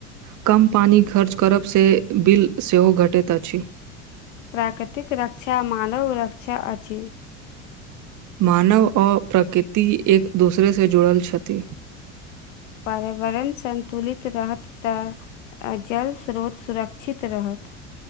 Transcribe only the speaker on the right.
कम पानि खर्च करब से बिल सेहो घटैत अछि
मानव अ प्रकृति एक दोसरेसँ जुड़ल छथि